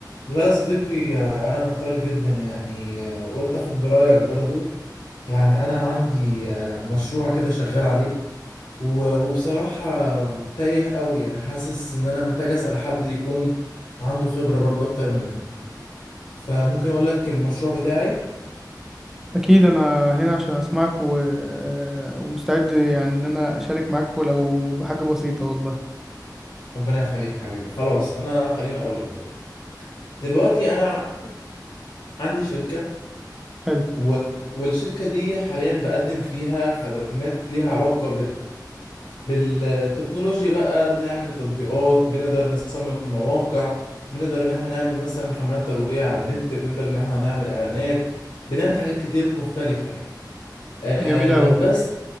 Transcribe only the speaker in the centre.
أكيد أنا هنا عشان أسمعك و... آه، ومستعد يعني إن أنا أشارك معاك ولو بحاجة بسيطة والله
حلو
جميل أوي